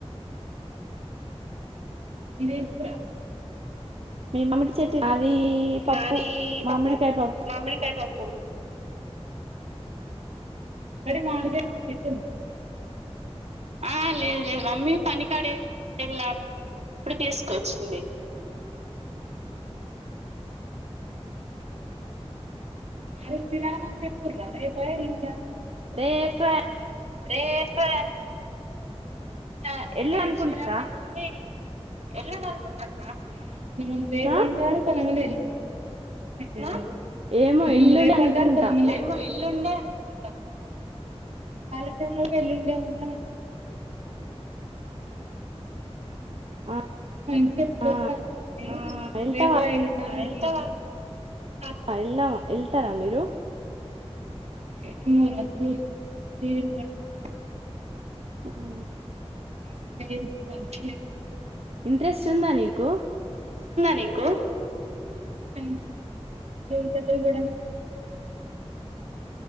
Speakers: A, on the right; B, on the right.
A: మీదే కూర
B: మీ మామడీ చెట్టు అది పప్పు
A: మాది పప్పు
B: మామిడికాయ పప్పు
A: మామిడికాయ పప్పు ఇక్కడే మాడుద చెట్టుంది ఆ లేదు లేదు మమ్మీ పనికాడే వెళ ఇప్పుడు తీసుకొచ్చింది అరథిరాన ఎప్పుడు అరే పయర్లుండా
B: రేపు
A: రేపు ఆ
B: ఎల్లుండి అనుకుంటా
A: శ్రీరామ్
B: అక్క
A: ఎలు నల్కుంట అక్క ముందు పేర్పుంటారు
B: ఆ
A: కొన తెరిగిందంటారు నాకు పంతముందు
B: ఏమో ఎల్లుండి
A: రేపు
B: అనుకుంటా
A: ఉంటారు కొంతంది అనుకుంటాం కాలండర్లో వెళ్లుండవున్న
B: ఆ
A: మంచిసేప్పు దర్శన
B: ఆ,
A: వచ్చింది
B: వెళ్తావా
A: రేపా వెళ్ళిన <unintelligible>
B: వెళ్దాం వెళ్తారా మీరు
A: ఇన్నూరు చ చూస్తా నని బట్టి
B: అవు
A: టై లో ఏం వర్క్ లేదు ర
B: ఇంట్రెస్ట్ ఉందా నీకు
A: నీకు ఇంట్రెస్ట్ ఉండేది దేవురి దగ్గర కూడానికి ఇంట్రెస్ట్ ఉండేది